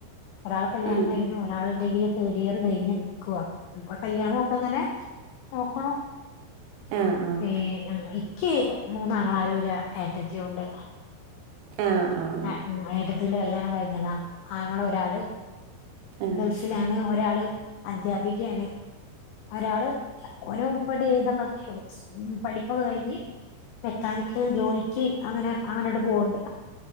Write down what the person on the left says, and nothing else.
ഒരാളെ കല്ല്യാണം
കഴിഞ്ഞു
ഒരാള് ഡിഗ്രി തേർഡ് ഇയർ കഴിഞ്ഞ് നിക്കുവാ ഇപ്പൊ കല്യാണമൊക്കെ ഇങ്ങനെ നോക്ക്ണു
ഏ ആഹ് ഇക്ക് മൂന്നാങ്ങളാരും ഒരു ഏട്ടത്തിയും ഉണ്ട്.
ആ ഏട്ടത്തീന്റെ കല്യാണം കഴിഞ്ഞതാ ആങ്ങള ഒരാള്
ഗൾഫ് ലാണ് ഒരാള് അദ്ധ്യാപികയാണ്. ഒരാള് ഓരോ ഉപ്പടി ചെയ്താ പഠിച്ചത് പഠിപ്പൊക്കെ കഴിഞ്ഞ് മെക്കാനിക്കൽ ജോലിക്ക് അങ്ങനെ അങ്ങനെട് പോവണ്ട്.